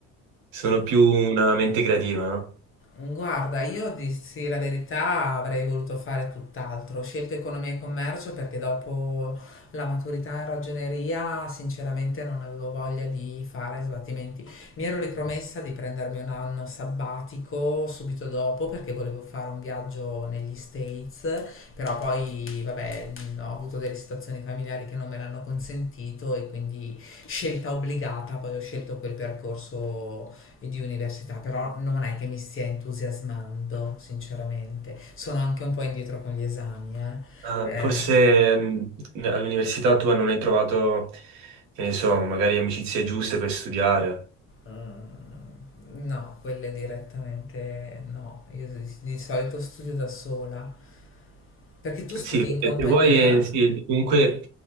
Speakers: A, on the right; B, on the left.
A: Sono più una mente creativa, no?
B: Guarda, io dissi la verità, avrei voluto fare tutt'altro. Ho scelto economia e commercio perché dopo la maturità in ragioneria, sinceramente, non avevo voglia di fare sbattimenti. Mi ero ripromessa di prendermi un anno sabbatico subito dopo perché volevo fare un viaggio negli States, però poi, vabbè, mh, ho avuto delle situazioni familiari che non me l'hanno consentito e quindi scelta obbligata, poi ho scelto quel percorso e di università, però non è che mi stia entusiasmando, sinceramente. Sono anche un po' indietro con gli esami, eh.
A: Ah,
B: Ehm,
A: forse mh, all'università tua non hai trovato, che ne so, magari amicizie giuste per studiare.
B: mm, no, quelle direttamente no. Io di, di solito studio da sola, perché tu studi
A: Sì, perché
B: in compagnia?
A: se vuoi, sì, comunque